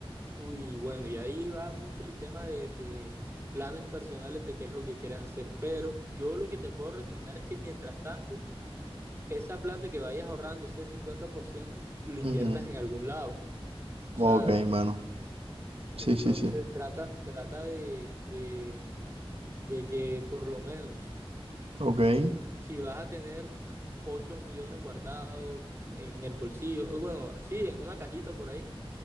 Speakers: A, on the right; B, on the right.
A: Uy, bueno, y ahí va mucho el tema de, de planes personales de qué es lo que quieres hacer, pero yo lo que te puedo recomendar es que mientras tanto, esa plata que vayas ahorrando, ese 50% lo inviertas
B: Ujú.
A: en algún lado. O
B: Ok,
A: sea,
B: mano. Sí,
A: entonces
B: sí, sí.
A: trata, trata de, de de que por lo menos
B: Ok,
A: si vas a tener 8 millones guardados en, en el bolsillo, bueno, sí, en una cajita por ahí,